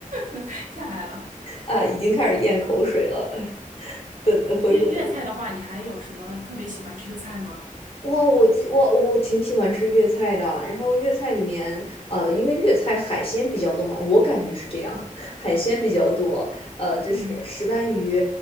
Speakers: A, on the right (about 70°); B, on the left (about 40°).
A: <laughs> 下来了。
B: 啊，已经开始咽口水了。<laughs> 等回国的
A: 粤粤菜的话，你还有什么特别喜欢吃的菜吗？
B: 哇，我记我我我挺喜欢吃粤菜的。然后粤菜里面，呃，因为粤菜海鲜比较多嘛，我感觉是这样，<laughs> 海鲜比较多。呃，就是石斑鱼
A: 嗯，